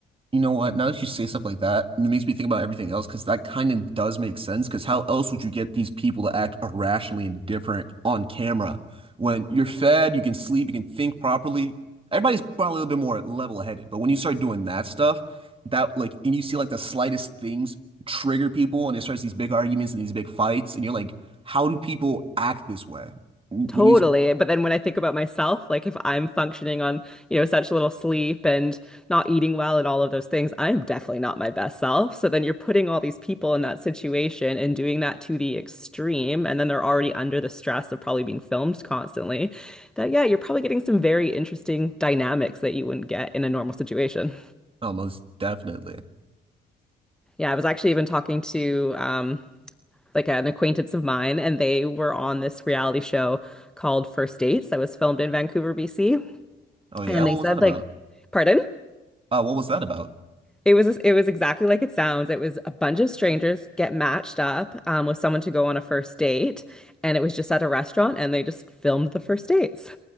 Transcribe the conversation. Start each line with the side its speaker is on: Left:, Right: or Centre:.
Right: You know what? Now that you say stuff like that, it makes me think about everything else because that kind of does make sense. Because how else would you get these people to act irrationally indifferent on camera when you're fed, you can sleep, you can think properly? Everybody's probably a little bit more level-headed, but when you start doing that stuff, that like, and you see like the slightest things trigger people, and it starts these big arguments and these big fights, and you're like, how do people act this way? Mm,
Centre: Totally.
Right: When you,
Centre: But then when I think about myself, like if I'm functioning on, you know, such little sleep and not eating well and all of those things, I'm definitely not my best self. So then you're putting all these people in that situation and doing that to the extreme. And then they're already under the stress of probably being filmed constantly. That, yeah, you're probably getting some very interesting dynamics that you wouldn't get in a normal situation.
Right: oh, most definitely.
Centre: Yeah, I was actually even talking to, um, like an acquaintance of mine, and they were on this reality show called First Dates that was filmed in Vancouver, BC.
Right: Oh yeah,
Centre: And
Right: what
Centre: they said,
Right: was that about?
Centre: like, pardon?
Right: Oh, what was that about?
Centre: It was it was exactly like it sounds. It was a bunch of strangers get matched up um, with someone to go on a first date, and it was just at a restaurant, and they just filmed the first dates.